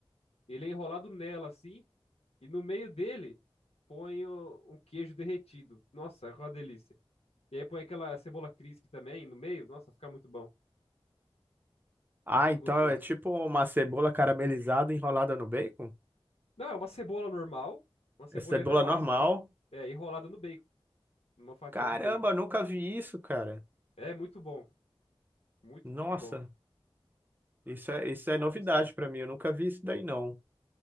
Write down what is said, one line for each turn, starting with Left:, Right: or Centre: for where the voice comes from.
Left: Ele é enrolado nela assim, e no meio dele põe o- um queijo derretido. Nossa, é uma delícia. E aí põe aquela cebola crisp também no meio. Nossa, fica muito bom.
Right: Ah,
Left: Muito
Right: então
Left: gostoso.
Right: é tipo uma cebola caramelizada enrolada no bacon?
Left: Não, é uma cebola normal, uma cebolinha
Right: É cebola
Left: normal
Right: normal?
Left: assim. É, enrolada no bacon, numa fatia
Right: Caramba,
Left: de bacon.
Right: nunca vi isso, cara.
Left: É muito bom, muito,
Right: Nossa,
Left: muito bom.
Right: isso é, isso é
Left: Fica
Right: novidade
Left: gostoso.
Right: pra mim. Eu nunca vi isso daí, não.